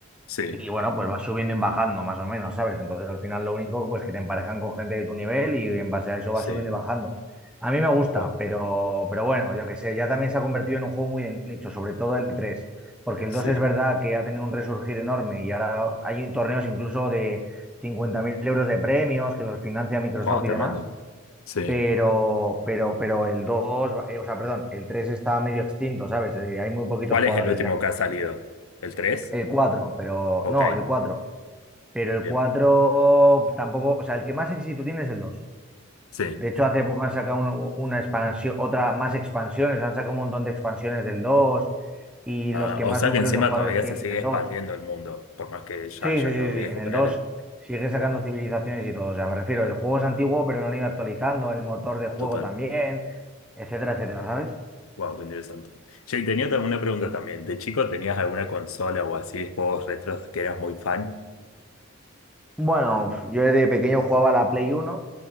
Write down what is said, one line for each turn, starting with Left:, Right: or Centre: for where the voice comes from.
Left: Sí,
Centre: Y bueno, pues vas subiendo y bajando, más o menos, ¿sabes? Entonces al final lo único pues que te emparejan con gente de tu nivel y en base a eso
Left: sí,
Centre: vas subiendo y bajando. A mí me gusta,
Left: wow,
Centre: pero, pero bueno, yo que sé, ya también se ha convertido en un juego muy de nicho, sobre todo el 3 porque el
Left: sí,
Centre: 2 es verdad que ha tenido un resurgir enorme y ahora hay torneos incluso de 50.000 euros de premios que los financia Microsoft
Left: wow, tremendo.
Centre: y demás,
Left: Sí.
Centre: pero, pero, pero el dos eh, o sea, perdón, el 3 está medio extinto, ¿sabes? Eh, hay muy poquitos
Left: ¿Cuál
Centre: jugadores
Left: es el último
Centre: ya.
Left: que ha salido? ¿El tres.
Centre: El cuatro pero
Left: Ok,
Centre: no, el cuatro pero el
Left: bien,
Centre: 4 tampoco, o sea, el que más éxito tiene es el dos
Left: sí.
Centre: De hecho, hace poco han sacado un- una expansión, otra más expansiones, han sacado un montón de expansiones del 2 y
Left: Ah,
Centre: los que
Left: o
Centre: más
Left: sea
Centre: números
Left: que encima
Centre: de jugadores
Left: todavía
Centre: tienen
Left: se sigue
Centre: es el
Left: expandiendo
Centre: dos
Left: el mundo, por más que ya
Centre: Sí,
Left: haya
Centre: sí, sí,
Left: quedado viejo,
Centre: sí, en el
Left: ponele.
Centre: 2 sigue sacando
Left: Wow,
Centre: civilizaciones y todo. O sea, me refiero, el juego es antiguo, pero no lo han ido actualizando, el motor de juego
Left: total.
Centre: también, etcétera, etcétera, ¿sabes?
Left: Wow, qué interesante. Che, tenía tam- una pregunta también. ¿De chico tenías alguna consola o así de juegos retros que eras muy fan?
Centre: Bueno, yo de pequeño jugaba a la Play uno